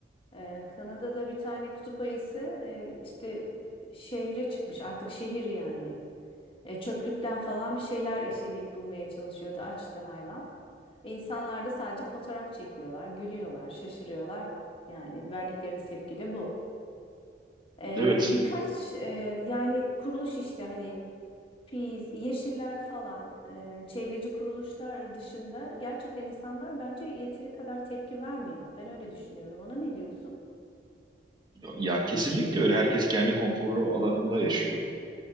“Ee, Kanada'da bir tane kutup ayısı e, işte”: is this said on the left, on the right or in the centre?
Left